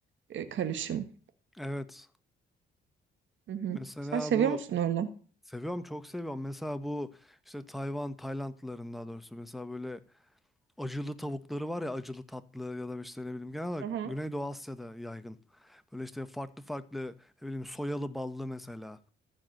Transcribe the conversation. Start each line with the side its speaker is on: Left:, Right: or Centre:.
Right: e, karışım.
Centre: Evet.
Right: Hı hı.
Centre: Mesela
Right: Sen seviyor
Centre: bu
Right: musun öyle?
Centre: Seviyorum çok seviyorum. Mesela bu işte Tayvan, Taylandlıların daha doğrusu mesela böyle acılı tavukları var ya acılı tatlı ya da işte ne bileyim genel olarak
Right: Hı hı.
Centre: Güneydoğu Asya'da yaygın. Böyle işte farklı farklı ne bileyim soyalı ballı mesela